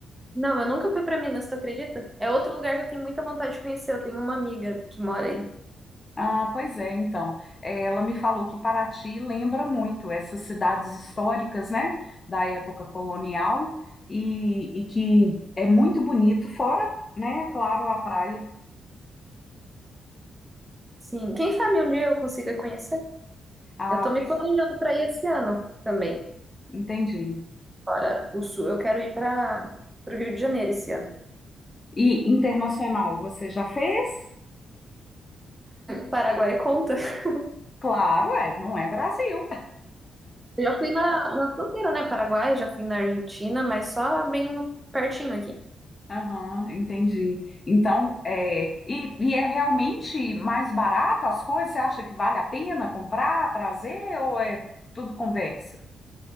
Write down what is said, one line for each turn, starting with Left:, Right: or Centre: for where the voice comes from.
Right: Não, eu nunca fui pra Minas, tu acredita? É outro lugar que eu tenho muita vontade de conhecer. Eu tenho uma amiga que mora aí.
Left: Ah, pois é, então. Eh, Ela me falou que Paraty lembra muito essas cidades históricas, né, da época colonial, e, e que é muito bonito, fora, né, claro, a praia.
Right: Sim, quem sabe um dia eu consiga conhecer?
Left: Ah,
Right: Eu tô me
Left: pois,
Right: planejando pra ir esse ano também,
Left: entendi.
Right: fora o Sul. Eu quero ir para o Rio de Janeiro esse ano.
Left: E internacional, você já fez?
Right: Paraguai conta. <laughs>
Left: Claro, é, não é Brasil.
Right: Eu já fui na, na fronteira, né? Paraguai, já fui na Argentina, mas só bem no- pertinho aqui.
Left: Aham, entendi. Então, é, e, e é realmente mais barato as coisas? Você acha que vale a pena comprar, trazer, ou é tudo conversa?